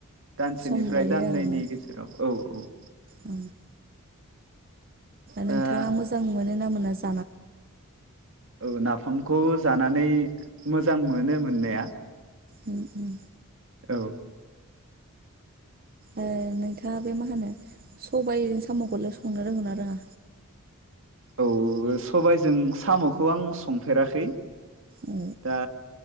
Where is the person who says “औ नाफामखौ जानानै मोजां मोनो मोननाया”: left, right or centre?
Right